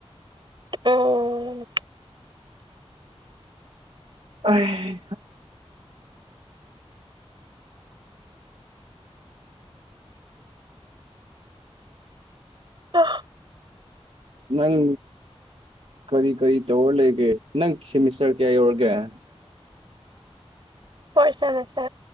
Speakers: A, on the right; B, on the right.
A: ꯎꯝ
B: ꯍ
A: ꯑꯥ
B: ꯅꯪ ꯀꯔꯤ ꯀꯔꯤ ꯇꯧꯔ ꯂꯩꯒꯦ ꯅꯪ ꯁꯦꯃꯤꯁꯇꯔ ꯀꯌꯥ ꯌꯧꯔꯒꯦ
A: ꯄꯣꯏꯁꯥꯁ